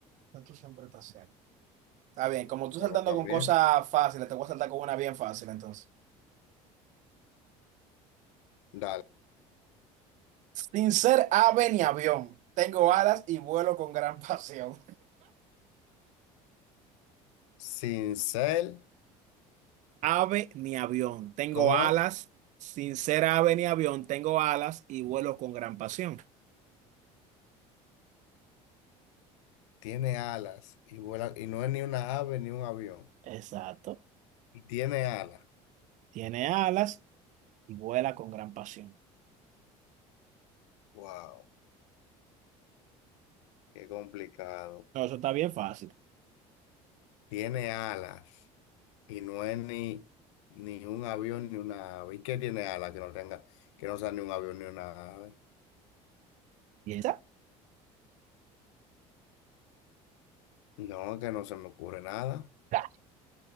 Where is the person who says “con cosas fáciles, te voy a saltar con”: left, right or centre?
Right